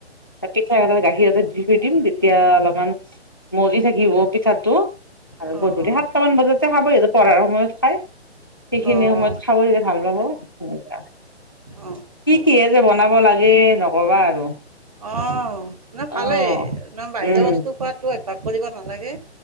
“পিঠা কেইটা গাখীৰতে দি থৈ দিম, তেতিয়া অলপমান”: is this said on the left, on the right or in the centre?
Left